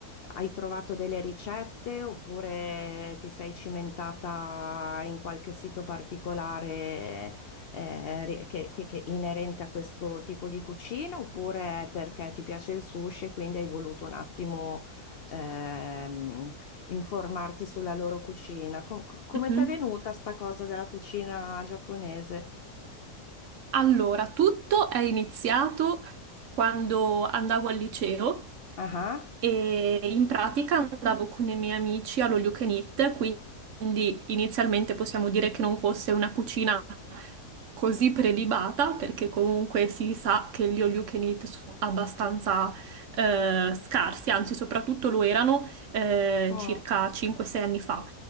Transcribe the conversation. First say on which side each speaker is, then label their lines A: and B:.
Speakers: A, on the left; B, on the right.
A: hai trovato delle ricette oppure ti sei cimentata in qualche sito particolare eh, ri- che, che- che inerente a questo tipo di cucina oppure perché ti piace il sushi e quindi hai voluto un attimo ehm, informarti sulla loro cucina? Com- come
B: Mhm.
A: ti è venuta sta cosa della cucina giapponese?
B: Allora, tutto è iniziato quando andavo al liceo
A: Ah,
B: e in pratica andavo con i miei amici all'All You Can Eat, quindi inizialmente possiamo dire che non fosse una cucina così prelibata perché comunque si sa che gli all you can eat sono abbastanza eh, scarsi, anzi soprattutto lo erano eh,
A: ah,
B: circa
A: mm,
B: 5-6 anni fa.